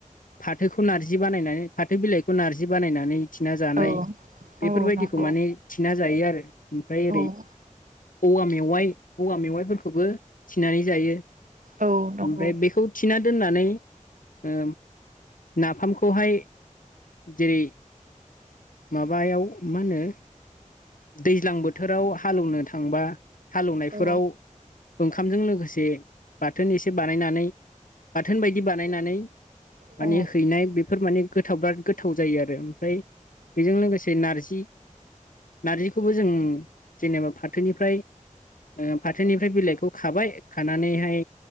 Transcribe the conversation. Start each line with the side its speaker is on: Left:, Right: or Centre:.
Left: फाथोखौ नारजि बानायनानै फाथो बिलाइखौ नारजि बानायनानै थिना जानाय
Right: औ
Left: बेफोरबायदिखौ
Right: औ नंगौ
Left: माने थिना जायो आरो ओमफ्राय ओरै
Right: औ
Left: औवा मेवाइ औवा मेवाइफोरखौबो थिनानै जायो
Right: औ नंगौ
Left: ओमफ्राय बेखौ थिना दोननानै ओ नाफामखौहाय जेरै माबायाव मा होनो दैज्लां बोथोराव हाल एवनोनो थांबा हालेवनायफोराव
Right: औ
Left: ओंखामजों लोगोसे बाथोन एसे बानायनानै बाथोन बायदि बानायनानै
Right: औ
Left: माने हैनाय बेफोर माने गोथाव बिराद गोथाव गोथाव जायो आरो ओमफ्राय बेजों लोगोसे नारजि नारजिखौबो जों जेनेबा फाथोनिफ्राय ओ फाथोनिफ्राय बिलाइखौ खाबाय खानानैहाय